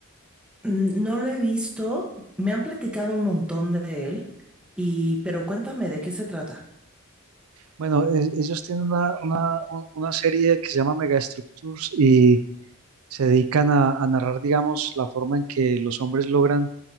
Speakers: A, in the centre; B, on the right.
A: Mm, No lo he visto, me han platicado un montón de él, y pero cuéntame de qué se trata.
B: Bueno, e- ellos tienen una, una, una serie que se llama Megastructures y se dedican a, a narrar, digamos, la forma en que los hombres logran